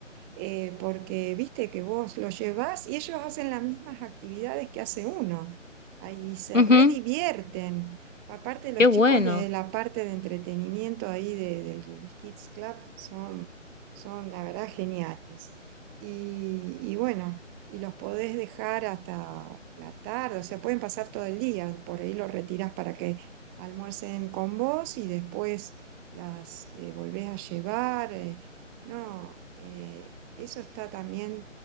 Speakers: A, on the right; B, on the left.
A: eh, porque viste que vos lo llevas y ellos hacen las mismas actividades que hace uno. Ahí se
B: Ujú,
A: redivierten. Aparte, los
B: Qué bueno.
A: chicos de la parte de entretenimiento ahí de- del Kids Club son, son la verdad, geniales. Y, y bueno, y los podés dejar hasta la tarde, o sea, pueden pasar todo el día. Por ahí los retirás para que almuercen con vos y después las eh, volvés a llevar. eh, no, eh, eso está también